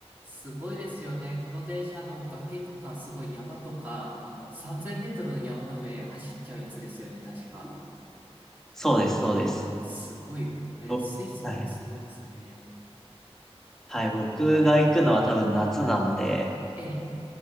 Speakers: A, on the right (about 15°); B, in the centre.
A: すごいですよね。この電車、の、崖とか、すごい山とか、あの、3000メートルの山の上走っちゃうやつですよね、確か。
B: そうです、そうです。
A: すごい、これ、
B: 僕、
A: スイス、
B: はい。
A: すごいですね。
B: はい、僕が行くのは多分夏なので、
A: ええ、